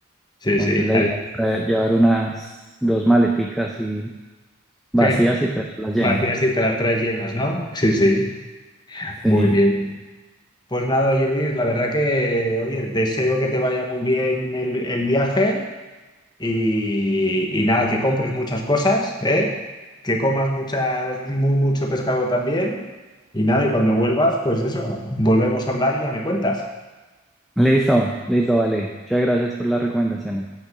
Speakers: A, on the left; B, in the centre.
A: Sí,
B: Entonces
A: sí.
B: la idea es traer- llevar unas dos maleticas y vacías
A: Je,
B: y traerlas
A: Vacías
B: llenas.
A: y te las traes llenas, ¿no? Sí, sí,
B: Sí.
A: muy bien. Pues nada, oye Luis, la verdad que, oye, deseo que te vaya muy bien el, el viaje y, y nada, que compres muchas cosas, ¿eh? Que comas muchas, mu- mucho pescado también y nada, y cuando vuelvas, pues eso, volvemos a hablar y ya me cuentas.
B: Listo, listo, vale. Muchas gracias por las recomendaciones.